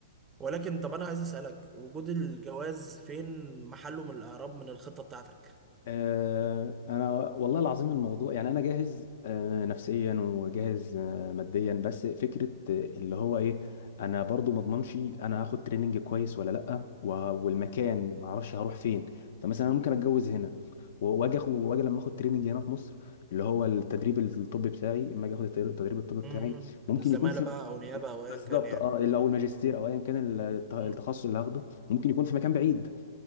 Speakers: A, on the right; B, on the left.
A: ولكن طب انا عايز اسالك وجود الجواز فين محله من الاعراب من الخطه بتاعتك
B: آه، انا والله العظيم الموضوع يعني انا جاهز آه، نفسيا وجاهز آه، ماديا بس فكره آه، اللي هو ايه انا برضو ما اضمنش انا هاخد تريننج كويس ولا لا وه- والمكان ما اعرفش هروح فين فمثلا انا ممكن اتجوز هنا و- واجي أخ- واجي لما اخد تريننج هنا في مصر اللي هو التدريب الطبي بتاعي اما اجي اخد التدريب التدريب الطبي بتاعي
A: امم
B: ممكن
A: الزمالة
B: يكون في
A: بقى أو نيابة أو أيا
B: بالظبط
A: كان يعني
B: اه او الماجستير او ايا كان الت- التخصص
A: امم
B: اللي هاخده ممكن يكون في مكان بعيد